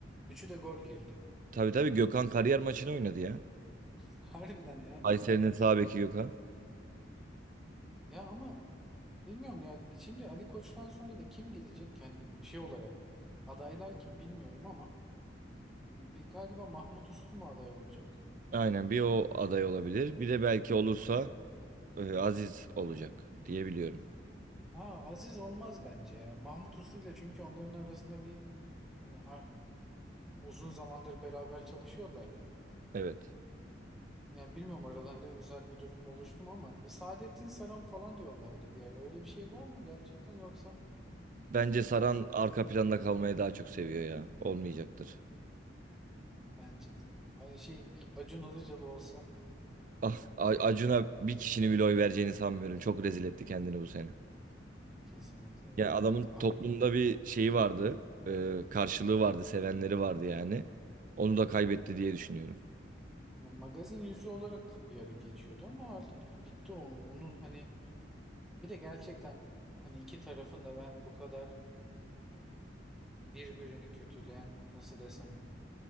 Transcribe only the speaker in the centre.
Üçü de gol girdi.
<laughs> Harbiden yani.
Ya ama bilmiyorum ya. Şimdi Ali Koç'tan sonra da kim gelecek? Yani şey olarak adaylar kim bilmiyorum ama hani bir galiba Mahmut Uslu mu aday olacak?
Aa Aziz olmaz bence ya. Mahmut Uslu ile çünkü onların arasında bir hani Uzun zamandır beraber çalışıyorlar ya.
Yani bilmiyorum aralarında özel bir durum mu oluştu mu ama e, Saadettin Saran falan diyorlardı bir ara. Öyle bir şey var mı gerçekten yoksa
bence de. Ay şey <laughs> Acun Ilıcalı olsa
kesinlikle ya.
A-
Magazin yüzü olarak da bir ara geçiyordu ama artık bitti o. Onun hani bir de gerçekten hani iki tarafın da ben bu kadar birbirini kötüleyen nasıl desem